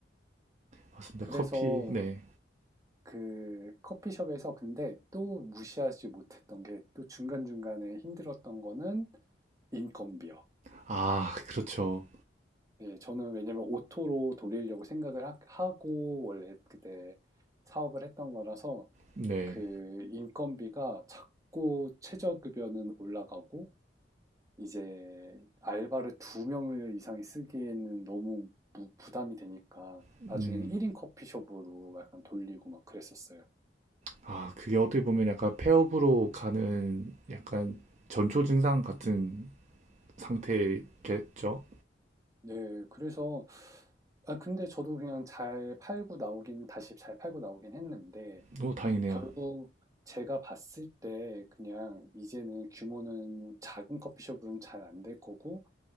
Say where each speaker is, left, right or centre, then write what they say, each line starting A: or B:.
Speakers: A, on the right; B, on the right.
A: 맞습니다.
B: 그래서
A: 커피. 네.
B: 그 커피숍에서 근데 또 무시하지 못했던 게 또 중간중간에 힘들었던 거는 인건비요.
A: 아, 그렇죠.
B: 예, 저는 왜냐면 오토로 돌리려고 생각을 하, 고 원래 그때 사업을 했던 거라서
A: 네.
B: 그 인건비가 자꾸 최저급여는 올라가고 이제 알바를 두 명 이상이 쓰기에는 너무 부- 부담이 되니까
A: 음.
B: 나중에는 1인 커피숍으로 약간 돌리고 막 그랬었어요.
A: 아, 그게 어떻게 보면 약간 폐업으로 가는 약간 전초 증상 같은 상태겠죠.
B: 네. 그래서 아 근데 저도 그냥 잘 팔고 나오긴 다시 잘 팔고 나오긴 했는데
A: 너무 다행이네요.
B: 결국 제가 봤을 때 그냥 이제는 규모는 작은 커피숍은 잘 안될 거고